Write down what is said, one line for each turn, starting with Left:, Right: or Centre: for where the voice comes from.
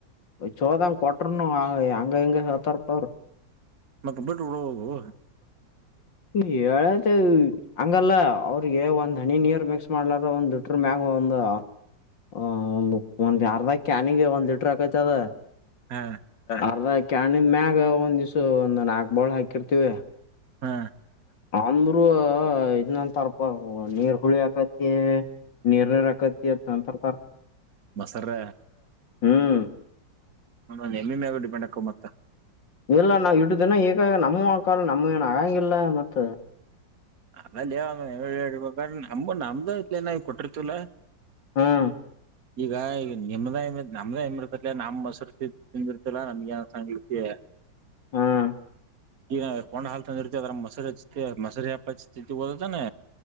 Left: ಚೋದಂಗ ಕೊಟರುನು ಹಂಗ ಹಿಂಗ ಹೇತಾರ <unintelligible>
Right: ಮತ್ತೆ ಬಿಡ್ ಹೋಗುವ
Left: ಹೇಳತೆೇ ಹಂಗಲ್ಲ ಅವ್ರಿಗೆ ಒಂದ್ ಹಣಿ ನೀರು ಮಿಕ್ಸ್ ಮಾಡ್ಲಾರ ಒಂದು ದುಡ್ ಮಗಂದ ಹ ಒ ಒಂದ್ ಯಾರದಾಗ ಕ್ಯಾನಿಗೆ ಒಂದ್ ಲೀಟ್ರ ಆಕೈತ ಅದ
Right: ಹಾ
Left: ಅರ್ಧಕಣ ಮ್ಯಾಗ ಒಂದ್ ದ್ ಒಂದ್ ನಾಕ್ ಬಾಳ್ ಹಾಕಿರ್ತಿವಿ
Right: ಹಾ
Left: ಅಂದ್ರೂ ಇದನಂತರ್ಪ ನೀರ್ ಹುಳಿ ಆಕತ್ ನಿರ್ನಯರಾಕತ ನಂತರ ಪ
Right: ಮಸರ
Left: ಹಾಂ
Right: ಹ ಹೆಮ್ಮಿ ಮ್ಯಾಗ ಡಿಪೆಂಡ್ ಹಕ ಮತ್ತ
Left: ಇಲ್ಲ ನಾವು ಇಟ್ಟನ ಈಗಾಗ ನಮ್ಮೂ ಆಕಲ್ಲ ನಮ್ಮ ಏನ್ ಆಗಂಗಿಲ್ಲ ಮತ್ತ
Right: ಅದಲ್ಲಿವ ನಮ ನಮ್ದು ಇಲನಾವ ಕೊಟ್ಟಿರ್ತಿಲ್ಲ
Left: ಹ್ಮ್
Right: ಈಗ ಈಗ ನಿಮ್ದ ಹೆ ನಮ್ದ ಹೆಮಿರ್ತತ್ಲ ನಮ್ಮ್ ಮಸರ್ತಿ ತಿಂದಿರ್ ಲ್ಲ ನಮಗೆ ಸಾಂಗಕ್ಕೆ
Left: ಹ್ಮ್
Right: ಈಗ ಕೊನಾ ಹಾಲ್ ತಂದ ಇರ್ತಿ ಅದ್ರ ಮೊರಿ ಹಚ್ ಮಸರಿ ಹಪ್ಪಚ್ತತಿ ಓದದಾನೆ